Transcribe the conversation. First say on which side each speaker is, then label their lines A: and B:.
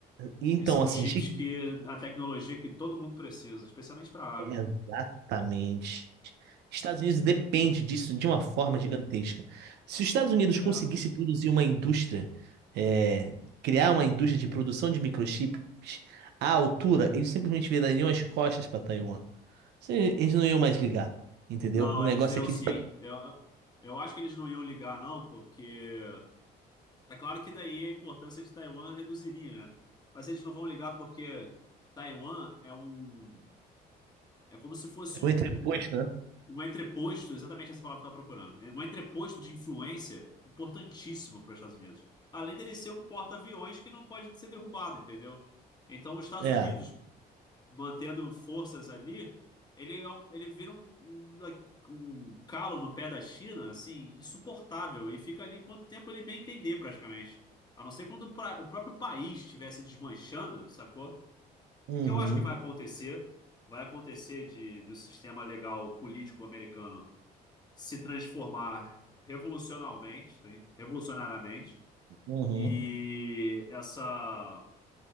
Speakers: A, on the left; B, on the right.
A: é.
B: E Então,
A: E são
B: assim,
A: os chips
B: gi-
A: que a tecnologia que todo mundo precisa, especialmente para armas.
B: exatamente. Estados Unidos depende disso de uma forma gigantesca. Se os Estados Unidos
A: É.
B: conseguisse produzir uma indústria, é, criar uma indústria de produção de microchips à altura, eles simplesmente virariam as costas para Taiwan. Sim, Eles não iam mais ligar, entendeu?
A: Não,
B: O negócio
A: eles iam
B: é que
A: sim.
B: eles...
A: Eu, eu acho que eles não iam ligar, não, porque é claro que daí a importância de Taiwan reduziria, né? Mas eles não vão ligar porque Taiwan é um É como se fosse
B: É o
A: um,
B: entreposto, né?
A: um entreposto, exatamente essa palavra que eu estava procurando. É um entreposto de influência importantíssimo para os Estados Unidos. Além dele ser um porta-aviões que não pode ser derrubado, entendeu? Então, os Estados
B: É.
A: Unidos mantendo forças ali, ele, é um- ele vira um, um, um calo no pé da China, assim, insuportável. E fica ali quanto tempo ele bem entender, praticamente. A não ser quando o pra- o próprio país estivesse desmanchando, sacou?
B: Uhum,
A: que eu acho que vai acontecer, vai acontecer de do sistema legal político americano se transformar revolucionalmente, sim, revolucionariamente,
B: uhum.
A: e essa